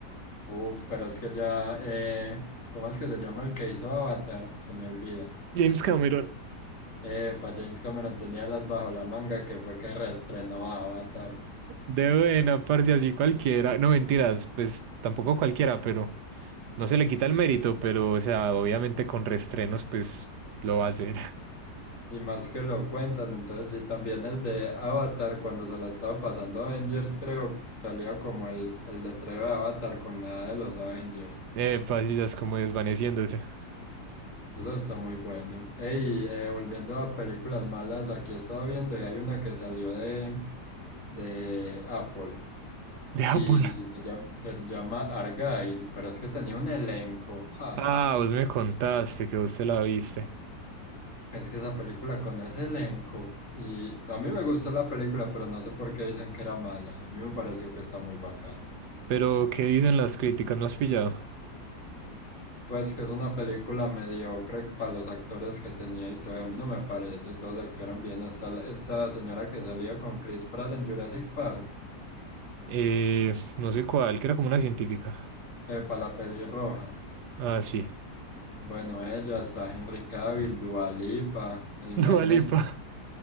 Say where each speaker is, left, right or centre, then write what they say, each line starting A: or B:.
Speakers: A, on the left; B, on the right.
A: Uf, pero es que ya, eh, ¿cómo es que se llama el que hizo Avatar? Se me olvida.
B: <laughs> James Cameron.
A: Eh, para James Cameron tenía las bajo la manga que fue que reestrenó Avatar.
B: De buena, parce, así cualquiera. No, mentiras, pues tampoco cualquiera, pero no se le quita el mérito, pero, o sea, obviamente con restrenos, pues lo va a hacer.
A: Y más que lo cuentan, entonces sí, también el de Avatar, cuando se la estaba pasando Avengers, creo, salía como el, el letrero de Avatar con la A de los Avengers.
B: Epa, sí, ya es como desvaneciéndose. <laughs>
A: Eso está muy bueno. Ey, eh, volviendo a películas malas, aquí estaba viendo y hay una que salió de, de Apple
B: De Apple.
A: y se llama, se llama Argyle, pero es que tenía un elenco. ja,
B: Ah, vos me contaste que vos te la viste.
A: es que esa película con ese elenco. Y no, a mí me gustó la película, pero no sé por qué dicen que era mala. A mí me pareció que está muy bacana.
B: Pero, ¿qué dicen las críticas? ¿No has pillado?
A: Pues que es una película mediocre para los actores que tenía y todo. A mí no me parece, todos actuaron bien. Hasta la- esta señora que salía con Chris Pratt en Jurassic Park,
B: Eh, no sé cuál, que era como una científica.
A: para la peli roja.
B: Ah, sí.
A: Bueno, ella está Henry Cavill, Dua Lipa, imagínense.
B: <laughs> Dua Lipa.